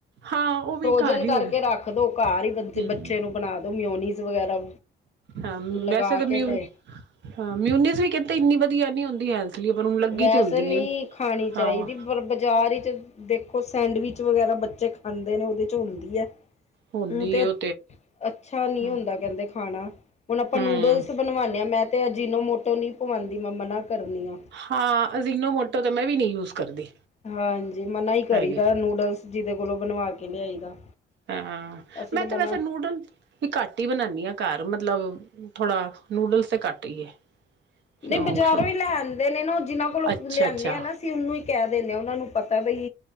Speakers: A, on the right; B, on the left.
A: ਹਾਂ ਉਹ
B: ਫਰੋਜਨ
A: ਵੀ ਘਰ ਹੀ
B: ਕਰਕੇ
A: ਹੋਏ
B: ਰੱਖ ਦੋ ਘਰ ਹੀ
A: ਹਮ
B: ਬੱਚੇ ਨੂੰ ਬਣਾ ਦੋ ਮਿਓਨੀਜ਼ ਵਗੈਰਾ
A: ਹਾਂ
B: ਲਗਾ
A: ਵੈਸੇ ਤਾਂ ਮਿਊ
B: ਕੇ ਤੇ
A: ਹਾਂ ਮਿਊਨਿਸ ਵੀ ਕਹਿੰਦੇ ਇੰਨੀ ਵਧੀਆ ਨੀ ਹੁੰਦੀ ਹੈ। ਲਈ ਪਰ ਹੁਣ ਲੱਗੀ
B: ਵੈਸੇ
A: ਤੇ ਹੁੰਦੀ
B: ਨਹੀਂ ਖਾਣੀ ਚਾਹੀਦੀ।
A: ਹਾਂ
B: ਪਰ ਬਾਜ਼ਾਰ ਵਿਚ ਦੇਖੋ ਸੈਂਡਵਿਚ ਵਗੈਰਾ ਬੱਚੇ ਖਾਂਦੇ ਨੇ ਉਹਦੇ ਚ ਹੁੰਦੀ ਹੈ।
A: ਹੁੰਦੀ
B: ਹੁਣ ਤੇ
A: ਹੈ ਉਹ
B: ਅੱਛਾ
A: ਹੂੰ
B: ਨਹੀਂ ਹੁੰਦਾ ਕਹਿੰਦੇ ਖਾਣਾ ਹੁਣ ਆਪਾਂ
A: ਹੂੰ
B: ਨੂਡਲਸ ਬਣਵਾਉਂਦੇ ਹਾਂ ਮੈਂ ਤੇ ਅਜਿਨੋ ਮੋਟੋ ਨਹੀਂ ਪਵਾਉਂਦੀ ਮੈਂ ਮਨਾ ਕਰਨੀ ਹਾਂ।
A: ਹਾਂ। ਅਜਿਨੋ ਮੋਟੋ ਤਾਂ ਮੈਂ ਵੀ ਨਹੀਂ ਯੂਜ ਕਰਦੀ
B: ਹਾਂਜੀ ਮਨਾ ਹੀ ਕਰੀਦਾ
A: ਹੈਗੀ
B: ਨੂਡਲਸ ਜਿਹਦੇ ਕੋਲੋਂ ਬਣਵਾ ਕੇ ਲਿਆਈ ਦਾ
A: ਹਾਂ।
B: ਅਸੀਂ
A: ਮੈਂ
B: ਤਾਂ ਮਨਾ
A: ਤੇ ਵੈਸੇ ਨੂਡਲ ਵੀ ਘੱਟ ਹੀ ਬਣਾਦੀ ਹਾਂ ਘਰ ਮੱਤਲਬ ਥੋੜਾ ਨੂਡਲਸ ਤੇ ਘੱਟ ਹੀ ਹੈ।
B: ਨਹੀਂ
A: ਸ਼ੌਂਕ
B: ਬਜ਼ਾਰੋਂ
A: ਸ਼ੌਂਕ
B: ਹੀ ਲੈ ਆਂਦੇ ਨੇ ਨਾ ਉਹ ਜਿਨਾਂ ਕੋਲੋਂ
A: ਅੱਛਾ
B: ਲਿਆਦੇ
A: ਅੱਛਾ
B: ਆ ਨਾ ਅਸੀਂ ਉਹਨੂੰ ਹੀ ਕਹਿ ਦਿੰਦੇ ਹਾਂ ਉਹਨਾਂ ਨੂੰ ਪਤਾ ਬਈ